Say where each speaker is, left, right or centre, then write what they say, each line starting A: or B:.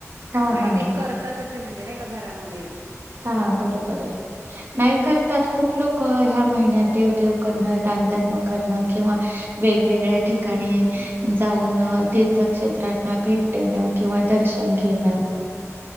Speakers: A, on the right; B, on the right.
A: हा
B: आणि
A: हा
B: ते
A: हा
B: करतातच म्हणजे नाही का घरामध्ये
A: हा बरोबर आहे नाही करतात खूप लोक ह्या महिन्यात देवदेव करणं दानधर्म करणं किंवा वेगवेगळ्या ठिकाणी जाऊन तथ क्षेत्रांना भेट देणं किंवा दर्शन घेणं